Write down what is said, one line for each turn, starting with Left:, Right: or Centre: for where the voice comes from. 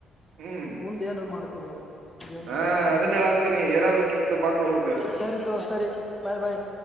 Right: ಹ್ಮ್
Left: ಮುಂದ ಏನ್ರ ಮಾಡ್ಕೋಬೋದು ಜೀವನದಾಗ.
Right: ಹಾ ಅದನ್ನ ಹೇಳತ್ತೀನಿ ಏನಾದ್ರು ಕಿತ್ ಬಾಕ ಹೋದು
Left: ಸರಿ ತೊ ಸರಿ ಬಾಯ್ ಬಾಯ್.